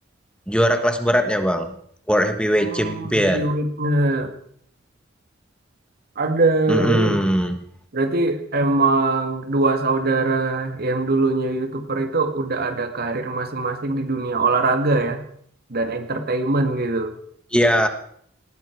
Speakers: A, in the centre; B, on the right.
A: juara kelas beratnya, Bang. World Heavyweight
B: Oh,
A: Champion.
B: heavyweightnya ada
A: Mm-mm.
B: ini bang. Berarti emang dua saudara yang dulunya YouTuber itu udah ada karir masing-masing di dunia olahraga ya dan entertainment gitu.
A: Iya,